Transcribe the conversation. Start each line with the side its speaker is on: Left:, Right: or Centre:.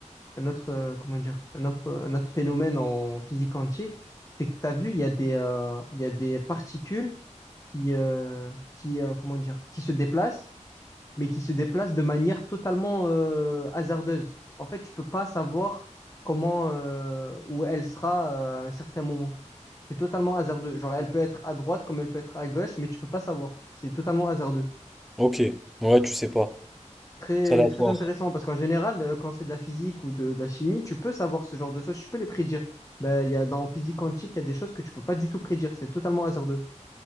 Left: un autre, euh, comment dire, un autre, un autre phénomène en physique quantique, c'est que tu as vu, il y a des, euh, il y a des particules qui, euh, qui, euh, comment dire, qui se déplacent, mais qui se déplacent de manière totalement euh, hasardeuse. En fait, tu peux pas savoir comment, euh, où elle sera euh, à un certain moment. C'est totalement hasardeux. Genre, elle peut être à droite comme elle peut être à gauche, mais tu peux pas savoir. C'est totalement hasardeux.
Centre: Ok. Ouais, tu sais pas.
Left: Très,
Centre: C'est aléatoire.
Left: très intéressant parce qu'en général, euh, quand c'est de la physique ou de, de la chimie, tu peux savoir ce genre de choses, tu peux les prédire. Ben, il y a, dans physique quantique, il y a des choses que tu peux pas du tout prédire, c'est totalement hasardeux.